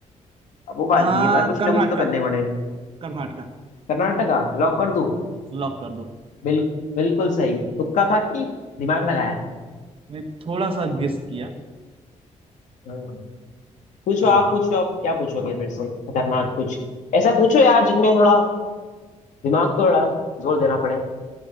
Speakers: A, on the left; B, on the right.
A: अब वो बात
B: कहाँ
A: भी है पर कुछ
B: कर्नाटका
A: ना कुछ तो करने पड़ेगा
B: कर्नाटका
A: कर्नाटका लॉक कर दूं
B: लॉक कर दो
A: बिल, बिल्कुल सही तुक्का था कि दिमाग लगाया
B: मैं थोड़ा सा गेस किया
A: हम्म। पूछो
B: हाँ
A: आप पूछो आप क्या पूछोगे मेरे से खतरनाक कुछ ऐसा पूछो यार जिनमें थोड़ा दिमाग को थोड़ा जोर देना पड़े